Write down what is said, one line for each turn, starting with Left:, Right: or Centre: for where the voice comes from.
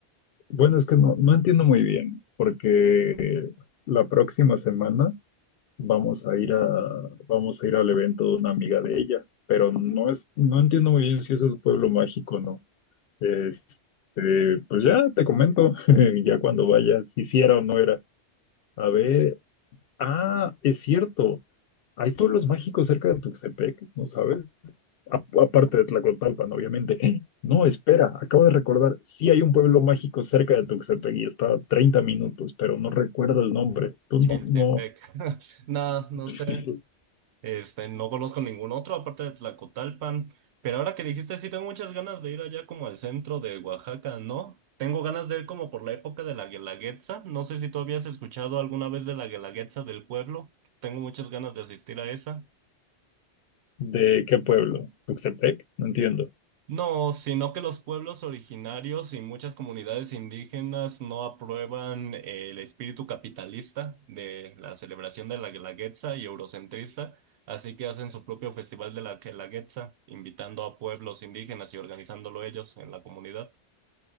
Left: bueno, es que no, no entiendo muy bien, porque la próxima semana vamos a ir a, vamos a ir al evento de una amiga de ella, pero no es, no entiendo muy bien si eso es pueblo mágico o no. Este, pues ya te comento, <laughs> ya cuando vayas, si sí era o no era. A ver, ah, es cierto, hay pueblos mágicos cerca de Tuxtepec, ¿no sabes? A- aparte de Tlacotalpan, obviamente. <gasps> No, espera, acabo de recordar, sí hay un pueblo mágico cerca de Tuxtepec y está a 30 minutos, pero no recuerdo el nombre. Tú
Right: Chiltepec.
Left: no, no,
Right: <laughs> No, no
Left: <laughs>
Right: sé. Este, no conozco ningún otro aparte de Tlacotalpan. Pero ahora que dijiste, sí tengo muchas ganas de ir allá como al centro de Oaxaca, ¿no? Tengo ganas de ir como por la época de la Guelaguetza. No sé si tú habías escuchado alguna vez de la Guelaguetza del pueblo. Tengo muchas ganas de asistir a esa.
Left: ¿de qué pueblo? ¿Tuxtepec? No entiendo.
Right: No, sino que los pueblos originarios y muchas comunidades indígenas no aprueban eh, el espíritu capitalista de la celebración de la Guelaguetza y eurocentrista, así que hacen su propio festival de la Guelaguetza, invitando a pueblos indígenas y organizándolo ellos en la comunidad.